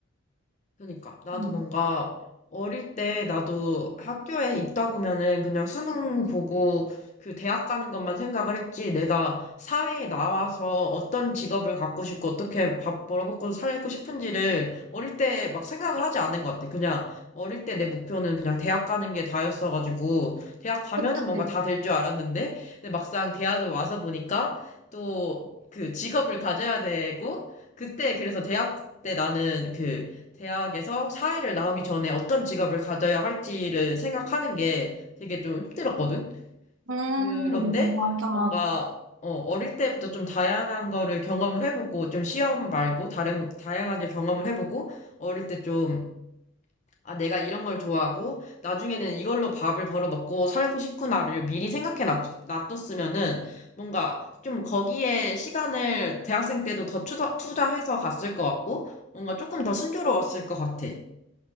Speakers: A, on the left; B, on the right.
A: 그러니까 나도
B: 음,
A: 뭔가 어릴 때 나도 학교에 있다 보면은 그냥 수능 보고 그 대학 가는 것만 생각을 했지 내가 사회에 나와서 어떤 직업을 갖고 싶고 어떻게 밥 벌어먹고 살고 싶은지를 어릴 때 막 생각을 하지 않는 것 같아. 그냥 어릴 때 내 목표는 그냥 대학 가는 게 다였어가지고 대학 가면은
B: 그치.
A: 뭔가 다 될 줄 알았는데 근데 막상 대학을 와서 보니까 또 그 직업을 가져야 되고 그때 그래서 대학 때 나는 그 대학에서 사회를 나오기 전에 어떤 직업을 가져야 할지를 생각하는 게 되게 좀 힘들었거든.
B: 음,
A: 그런데
B: 맞아.
A: 뭔가 어, 어릴 때부터 좀 다양한 거를 경험을 해보고 좀 시험 말고 다른 다양하게 경험을 해보고 어릴 때 좀 아, 내가 이런 걸 좋아하고 나중에는 이걸로 밥을 벌어 먹고 살고 싶구나를 미리 생각해 놔- 놔뒀으면은 뭔가 좀 거기에 시간을 대학생 때도 더 투자, 투자해서 갔을 것 같고 뭔가 조금 더 순조로웠을 것 같아.